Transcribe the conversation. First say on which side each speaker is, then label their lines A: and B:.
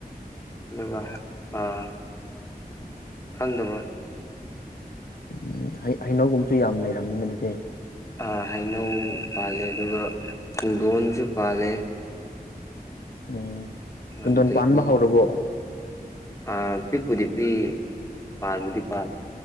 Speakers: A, on the left; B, on the left.
A: ꯑꯗꯨꯒ ꯑꯥ ꯈꯪꯗꯕ
B: ꯎꯝ ꯍꯩꯅꯧꯒꯨꯝꯁꯨ ꯌꯥꯝ ꯂꯩꯔꯝꯅꯤꯅ ꯑꯗꯨꯗꯤ
A: ꯑꯥ ꯍꯩꯅꯧ ꯄꯥꯜꯂꯦ ꯑꯗꯨꯒ ꯄꯨꯡꯗꯣꯟꯖꯨ ꯄꯥꯜꯂꯦ
B: ꯎꯝ ꯄꯨꯡꯗꯣꯟ
A: ꯑꯗꯒꯤ
B: ꯄꯥꯟꯕ ꯍꯧꯔꯕꯣ
A: ꯑꯥ ꯄꯤꯛꯄꯨꯗꯤ ꯄꯤꯏ ꯄꯥꯟꯕꯨꯗꯤ ꯄꯥꯜꯂꯦ